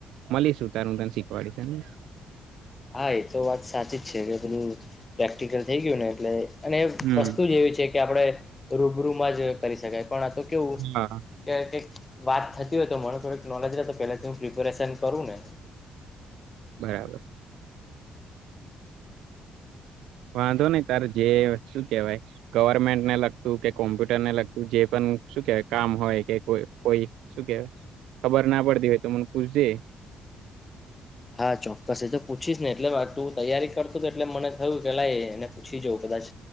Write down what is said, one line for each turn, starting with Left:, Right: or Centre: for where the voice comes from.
Right: મળીશું ત્યારે હું તને શીખવાડીશ ને.
Left: હા એ તો વાત સાચી જ છે, એટલેધું પ્રેક્ટિકલ થઈ ગયું ને એટલે. અને
Right: હમ
Left: વસ્તુ જેવી છે. કે આપણે રૂબરૂમાં જ. કરી શકાય પણ આ તો કેવું
Right: હા
Left: <unintelligible> વાત થતી હોય તો મને થોડીક નોલેજ રહે તો પહેલાથી હું પ્રિપેરેશન કરું ને.
Right: બરાબર. વાંધો નઈ તાર જે શું કેવાય ગવર્મેન્ટને લગતું કે કોમ્પ્યુટર ને લગતું જે પણ શું કેવાય કામ હોય કે કોઈ શું કેવાય ખબર ના પડતી હોય તો મને પૂછજે.
Left: હા ચોક્કસ એ તો પૂછીશ ને એટલે તું તૈયારી કરતું તો એટલે મને થયું કે લ એને પૂછી જઉં કદાચ